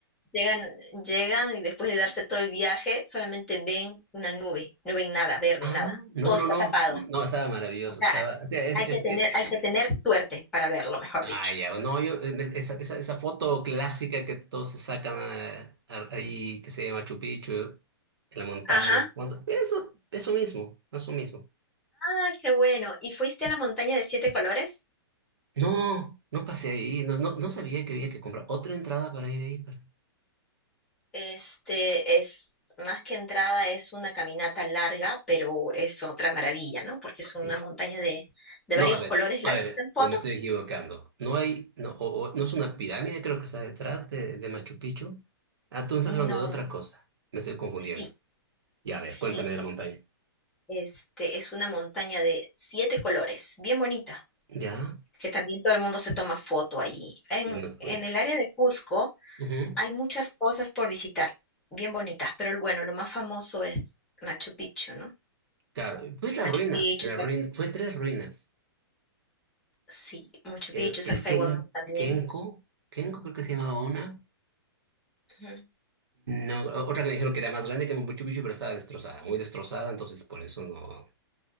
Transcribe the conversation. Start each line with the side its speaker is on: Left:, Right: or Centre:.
Centre: Llegan, llegan y después de darse todo el viaje, solamente ven una nube, no ven nada verde,
Right: Ah,
Centre: nada.
Right: no,
Centre: Todo está
Right: no, no,
Centre: tapado.
Right: no, estaba maravilloso,
Centre: O sea,
Right: estaba, o sea, es,
Centre: hay
Right: es,
Centre: que tener,
Right: es-
Centre: hay que tener suerte para verlo, mejor
Right: ay,
Centre: dicho.
Right: ya, no, yo, eh, esa, esa, esa foto clásica que todos se sacan ah, ah, ahí, que se llama Machu Picchu, en la montaña,
Centre: Ajá.
Right: cuando- eso, eso mismo, eso mismo.
Centre: Ay, qué bueno. ¿Y fuiste a la montaña de siete colores?
Right: No, no pasé ahí, no, no, no sabía que había que comprar otra entrada para ir ahí, para-
Centre: Este es más que entrada, es una caminata larga, pero es otra maravilla, ¿no? Porque es una
Right: sí.
Centre: montaña de, de
Right: No,
Centre: varios
Right: a ver,
Centre: colores.
Right: a
Centre: ¿Las
Right: ver,
Centre: has visto en fotos?
Right: o me estoy equivocando, no hay, no, o, o- no es una pirámide, creo que está detrás de, de Machu Picchu, ah, tú me estás
Centre: No,
Right: hablando de otra
Centre: no.
Right: cosa, me estoy confundiendo.
Centre: Sí,
Right: Y a ver,
Centre: sí.
Right: cuéntame de la montaña.
Centre: Este es una montaña de siete colores, bien bonita.
Right: Ya,
Centre: que también todo el mundo se toma foto allí. En,
Right: y no fui.
Centre: en el área de Cusco
Right: Ujú,
Centre: hay muchas cosas por visitar, bien bonitas, pero bueno, lo más famoso es Machu Picchu, ¿no?
Right: Claro, fui a las
Centre: Machu
Right: ruinas,
Centre: Picchu,
Right: las
Centre: Sac-
Right: ruin- fue tres ruinas.
Centre: sí, Machu
Right: El,
Centre: Picchu, Sacsayhuamán
Right: el Ken,
Centre: también.
Right: Kenko, Kenko creo que se llamaba una.
Centre: Ujú.
Right: No, o- otra que me dijeron que era más grande que Machu Picchu, pero estaba destrozada, muy destrozada, entonces por eso no,